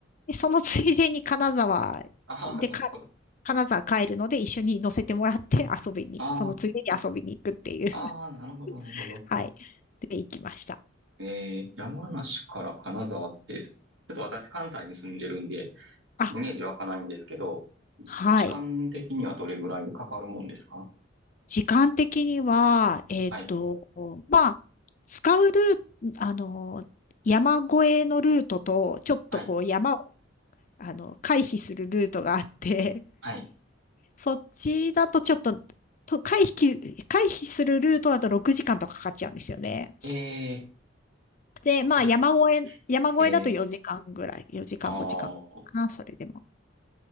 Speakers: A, on the left (about 40°); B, on the right (about 75°).
A: で、そのついでに金沢でか、
B: ああ、なるほど。
A: 金沢帰るので一緒に乗せてもらって遊びに、
B: あ
A: そのついでに遊びに行くっていう。
B: あ、
A: <laughs>
B: ああ、なるほど、なるほど。
A: はい。で、行きました。
B: えー、山梨から金沢って、ちょっと私関西に住んでるんで、
A: あ、
B: イメージ湧かないんですけど、じ時間的にはどれぐらいかかるもんですか
A: はい。時間的には、えっと、
B: はい、
A: まあ、使うルート、あの、山越えのルートと、ちょっとこう山を、
B: はい、
A: あの、回避するルートがあって、
B: はい。
A: そっちだとちょっと、と回避、回避するルートだと6時間とかかかっちゃうんですよね。
B: え
A: で、
B: ー、
A: まあ山越え、
B: 国内、
A: 山越えだと4時間ぐらい、
B: えー、
A: 4時間5時間かんかな、
B: あー、
A: それでも。